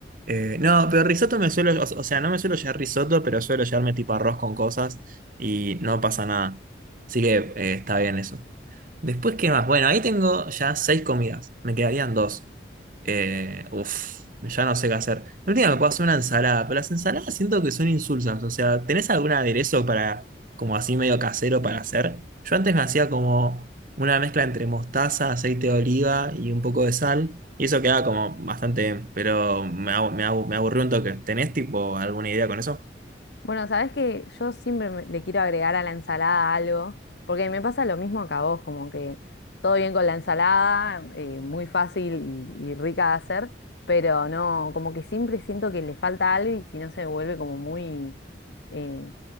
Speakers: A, on the right; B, on the left.
A: Eh, no, pero risotto me suelo, o, o sea, no me suelo llevar risotto, pero suelo llevarme tipo arroz con cosas y no pasa nada. Así que eh, está bien eso. Después, ¿qué más? Bueno, ahí tengo ya seis comidas, me quedarían dos. Eh, uf, ya no sé qué hacer. La última me puedo hacer una ensalada, pero las ensaladas siento que son insulsas. O sea, ¿tenés algún aderezo para, como así medio casero para hacer? Yo antes me hacía como una mezcla entre mostaza, aceite de oliva y un poco de sal. Y eso quedaba como bastante bien, pero me, abu- me abu- me aburrió un toque. ¿Tenés tipo alguna idea con eso?
B: Bueno, sabes que yo siempre me- le quiero agregar a la ensalada algo, porque me pasa lo mismo que a vos, como que todo bien con la ensalada, eh, muy fácil y, y rica de hacer, pero no, como que siempre siento que le falta algo y si no se vuelve como muy, eh,